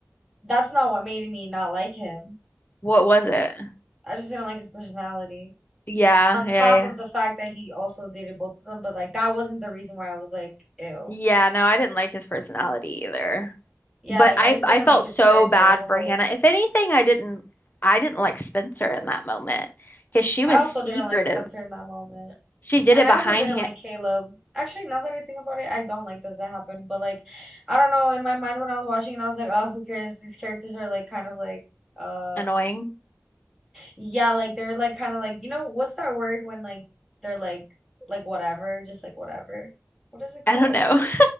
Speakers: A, in the centre; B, on the left.
A: that's not what made me not like him.
B: What was it?
A: I just didn't like his personality.
B: Yeah,
A: On
B: yeah,
A: top of
B: yeah.
A: the fact that he also dated both of them, but like that wasn't the reason why I was like, ew,
B: Yeah, no,
A: you
B: I
A: know?
B: didn't like his personality either.
A: Yeah,
B: But
A: like
B: I
A: I just didn't
B: I felt
A: like his
B: so
A: character
B: bad
A: as a whole.
B: for Hannah. If anything, I didn't I didn't like Spencer in that moment because she
A: I
B: was
A: also
B: secretive.
A: didn't like Spencer in that moment.
B: She did
A: And
B: it
A: I
B: behind
A: also didn't
B: Han
A: like Caleb. Actually, now that I think about it, I don't like that that happened. But like, I don't know. In my mind, when I was watching it, I was like, oh, who cares? These characters are like kind of like, uh,
B: annoying.
A: yeah, like they're like kind of like you know what's that word when like they're like like whatever, just like whatever. What is it called
B: I don't know.
A: though?